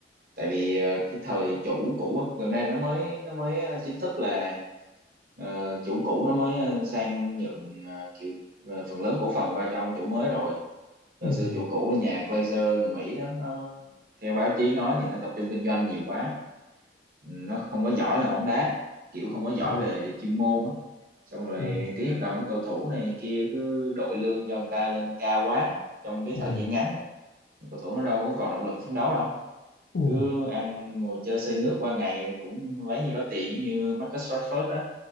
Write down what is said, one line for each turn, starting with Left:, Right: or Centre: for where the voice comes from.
Right: tại vì ờ, cái thời chủ cũ á gần đây là nó mới nó mới ờ, chính thức là ờ, chủ cũ nó mới ờ, sang nhượng ờ, kiểu ờ, phần lớn cổ phần qua cho ông chủ mới rồi hồi
Left: Ừ.
Right: xưa chủ cũ là nhà Glazer người Mỹ đó nó, theo báo chí nói thì nó tập trung kinh doanh nhiều quá nó không có giỏi là bóng đá kiểu không có giỏi
Left: Ừ.
Right: về chuyên môn á xong rồi
Left: ừ,
Right: ký hợp đồng với cầu thủ này kia cứ đội lương cho người ta lên cao quá trong cái
Left: ừ,
Right: thời gian ngắn á cầu thủ nó đâu có còn động lực phấn đấu đâu
Left: ừ,
Right: cứ ăn ngồi chơi xây nước qua ngày cũng lấy nhiêu đó tiền giống như Marcus Rashford đó